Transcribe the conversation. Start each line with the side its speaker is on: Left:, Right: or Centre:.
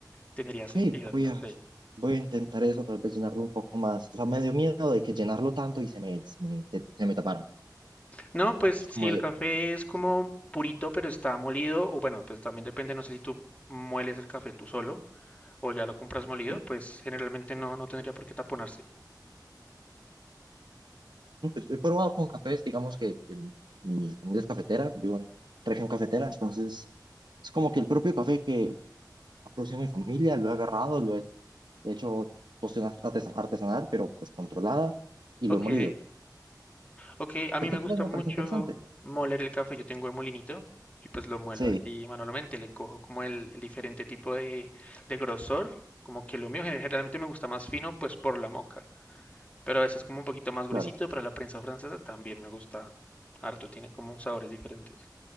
Left: Tendría
Right: ok,
Left: sentido,
Right: voy
Left: no
Right: a,
Left: sé.
Right: voy a intentar eso, tal vez llenarlo un poco más. O sea, me dio miedo de que llenarlo tanto y se me, se me, se- se me tapara.
Left: No, pues
Right: Es
Left: sí,
Right: como
Left: el
Right: de,
Left: café es como purito, pero está molido, o bueno, pues también depende, no sé si tú mueles el café tú solo o ya lo compras molido,
Right: mm,
Left: pues generalmente no, no tendría por qué taponarse.
Right: pues, he probado con cafés, digamos que mm, mi familia es cafetera, vivo en región cafetera, entonces es como que el propio café que ha producido mi familia lo he agarrado, lo he hecho tostión artes- artesanal, pero pues controlada, y
Left: Ok,
Right: lo he molido.
Left: ok, a mí
Right: Porque
Left: me gusta
Right: pues me
Left: mucho
Right: parece interesante.
Left: moler el café, yo tengo el molinito y pues lo muelo
Right: Sí,
Left: así manualmente, le cojo como el, el diferente tipo de, de grosor, como que lo mío gener- generalmente me gusta más fino, pues por la moca, pero a veces como un poquito más gruesito
Right: claro.
Left: para la prensa francesa también me gusta harto, tiene como sabores diferentes.